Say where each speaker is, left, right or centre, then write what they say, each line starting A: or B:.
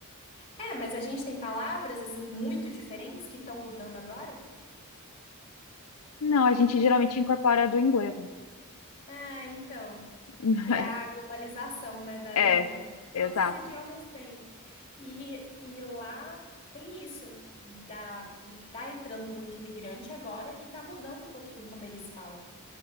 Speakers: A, on the left; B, on the left.
A: É, mas a gente tem palavras, assim, muito diferentes que estão mudando agora?
B: Não, a gente geralmente incorpora do inglês. né?
A: Ah, então.
B: <laughs>
A: que é a globalização, né, da
B: É,
A: língua.
B: exato.
A: Todos os idiomas têm. E, e lá tem isso, da, de tá entrando muito imigrante agora e tá mudando um pouquinho como eles falam.